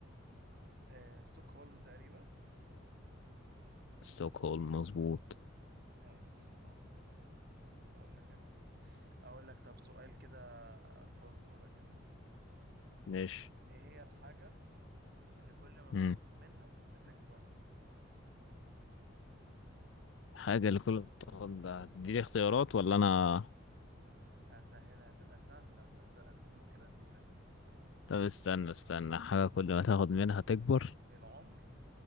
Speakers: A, on the right; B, on the left.
A: آه، ستوكهولم تقريبا
B: ستوكهولم مظبوط
A: ماشي صح كده استنى أقول لك أنا أقول لك طب سؤال كده فزورة كده
B: ماشي
A: إيه هي الحاجة اللي كل ما بتاخد
B: امم
A: منها بتكبر
B: حاجة اللي كل ما تاخد ده هتديني اختيارات ولا أنا
A: هسهلها هتبقى سهلة بس قد ممكن أديلك
B: طب استنى استنى حاجة كل ما تاخد منها تكبر
A: بص العمر